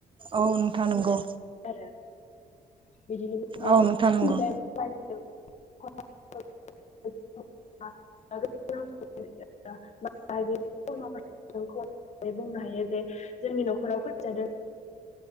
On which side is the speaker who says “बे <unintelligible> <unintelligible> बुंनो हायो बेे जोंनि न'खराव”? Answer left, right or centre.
Left